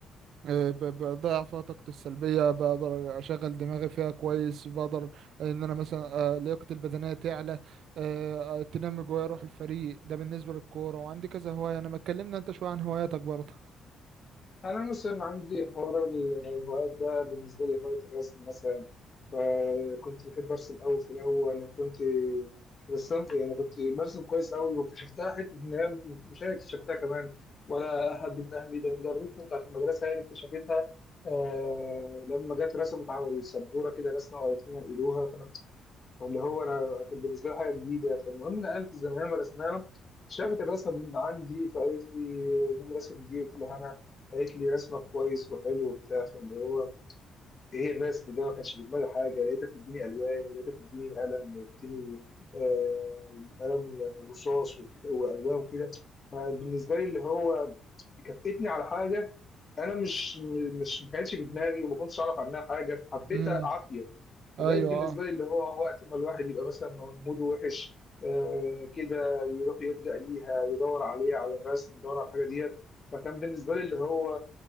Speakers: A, on the right; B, on the left.
A: آه، ب- بضيع فيها طاقتي السلبية بقدر أشغل دماغي فيها كويس بقدر إن أنا مثلا آه، لياقتي البدنية تعلى آه، آه، تنمي جوايا روح الفريق ده بالنسبة للكورة وعندي كذا هواية أنا ما اتكلمنا أنت شوية عن هواياتك برضه
B: أنا مثلا عندي حوار ال- الهوايات ده بالنسبة لي هواية الرسم مثلا فكنت بحب أرسم أوي في الأول وكنت رسام يعني كنت برسم كويس أوي واكتشفتها حتة إن هي مش أنا اكتشفتها كمان ولا أحد من أهلي ده المدرسة بتاعت المدرسة هي اللي اكتشفتها آه لما جت رسمت على السبورة كده رسمة وقالت لنا نقلوها اللي هو انا كان بالنسبه لي حاجه جديده فالمهم نقلت الزمان رسمها شافت الرسمه من عندي فقالت لي مين الرسم دي قلت لها انا قالت لي رسمك كويس وحلو وبتاع فاللي هو ايه الرسم ده ما كانش في دماغي حاجه لقيتها بتديني الوان ولقيتها بتديني قلم وبتديني آه قلم يعني رصاص وك- والوان وكده فبالنسبه لي اللي هو كفتني على حاجه انا مش مش ما كانتش في دماغي وما كنتش اعرف عنها حاجه حبيتها
A: امم
B: عافيه فبقيت
A: أيوه
B: بالنسبه
A: أه
B: لي اللي هو وقت ما الواحد يبقى مثلا موده وحش آه كده يروح يلجأ ليها يدور عليها على الرسم يدور على الحاجه ديت فكان بالنسبه لي اللي هو